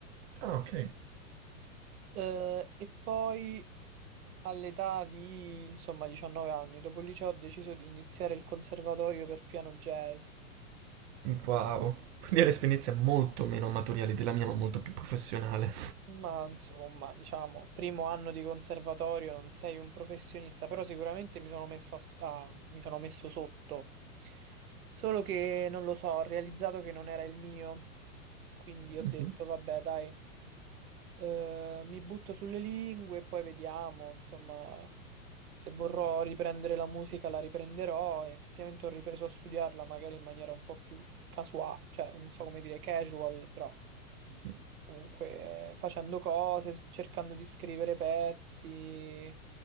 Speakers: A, on the right; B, on the right.
A: Ah, ok.
B: Eh, e poi all'età di, insomma, 19 anni, dopo il liceo ho deciso di iniziare il conservatorio per piano jazz.
A: Wow. Quindi è un'esperienza molto meno amatoriale della mia, ma molto più professionale.
B: Ma insomma, diciamo, primo anno di conservatorio, non sei un professionista, però sicuramente mi sono messo, a s- a- mi sono messo sotto. Solo che non lo so, ho realizzato che non era il mio, quindi ho
A: Mhm.
B: detto,
A: <laughs>
B: vabbè, dai, eh, mi butto sulle lingue e poi vediamo, insomma, se vorrò riprendere la musica la riprenderò. E effettivamente ho ripreso a studiarla magari in maniera un po' più casuale, cioè non so come dire, casual, però.
A: mhm.
B: Comunque facendo cose, s- cercando di scrivere pezzi.